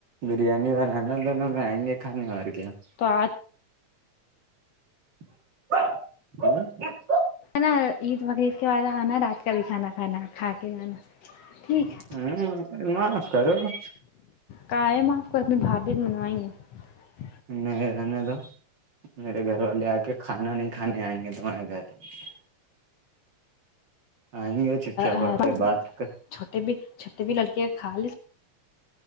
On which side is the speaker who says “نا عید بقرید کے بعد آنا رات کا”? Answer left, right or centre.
Left